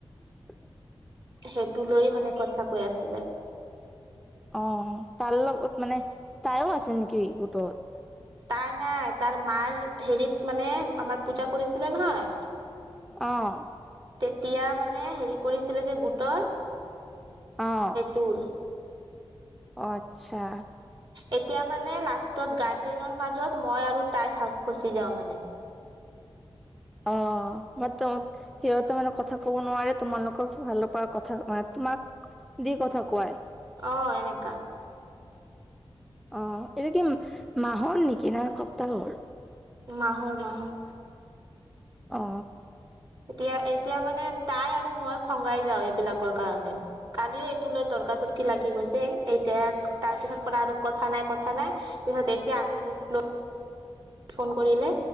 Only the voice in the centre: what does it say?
তাকে
অ তাৰ লগত মানে তাইও আছে নেকি গোটত,
অ
অঁ
অ আচ্ছা
অ মান ত সিহঁতে মানে কথা ক'ব নোৱাৰে তোমালোকৰ ভালৰ পৰা কথা মানে তোমাক দি কথা কোৱাই।
অ এইটো কি মাহৰ, নেকি না সপ্তাহৰ
অ